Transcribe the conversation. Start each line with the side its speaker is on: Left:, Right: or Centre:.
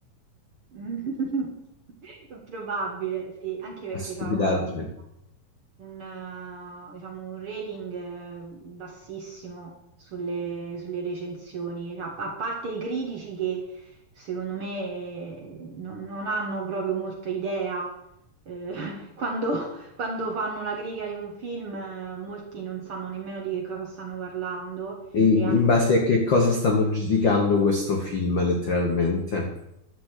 Right: <laughs> Probabile, sì, anche perché
Left: la stupidaggine.
Right: ha ha avuto un, eh, diciamo, un rating eh, bassissimo sulle, sulle recensioni, a, a parte i critici che secondo me eh, non, non hanno proprio molta idea. eh, <laughs> quando, quando fanno la critica di un film, eh, molti non sanno nemmeno di che cosa stanno parlando
Left: in,
Right: e hanno
Left: in base a che cosa stanno giudicando questo film, letteralmente.